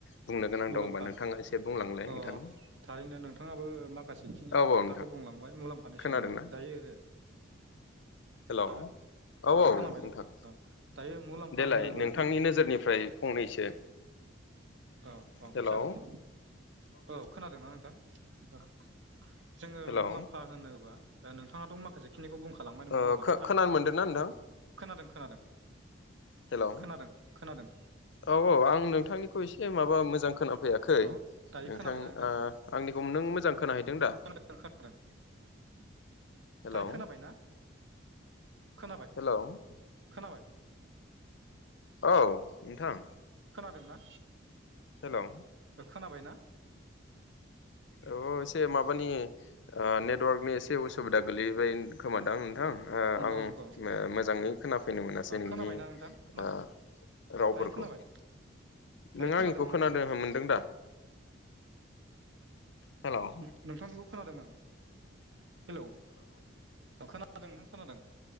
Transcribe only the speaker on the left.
बुंनो गोनां
दंबा नोंथाङा एसे बुंलांलाय
नोंथां
औ औ
नोंथां
खोनादोंना
हेलौ। औ
औ
नोंथां।
देलाय
नोंथांनि नोजोरनिफ्राय फंनैसो
हेलौ
हेलौ
ओ
खोनानो मोनदोंना नोंथां
हेलौ
औ औ आं नोंथांनि खौ एसे माबा मोजां खोनाफैयाखै
नोंथां
ओ आंनिखौ नों मोजां खोनाहैदों दा?
हेलौ
हेलौ
औ नोंथां।
हेलौ
औ एसे माबानि ओ नेटवार्कनि एसे उसुबिदा गोलैबाय खोमादां नोंथां ओ
आं ओ
मोजाङै खोनाफैनो मोनासै
नोंनि
ओ रावफोरखौ।
नों
आंनिखौ खोनादों मोनदों दा? हेलौ